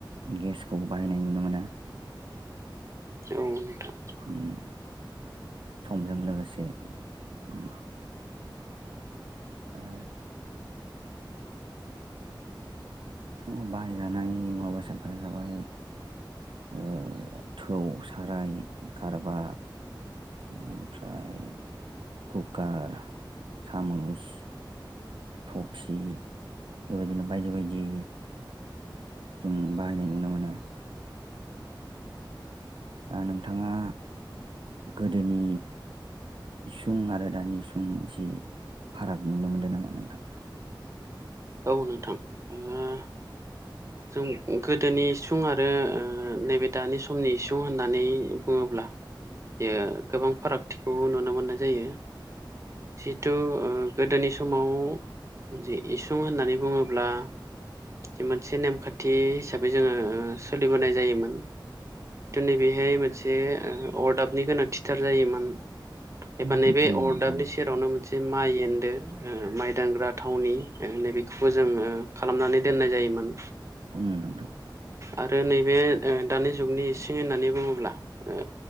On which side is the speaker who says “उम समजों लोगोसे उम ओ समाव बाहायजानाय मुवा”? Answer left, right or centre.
Right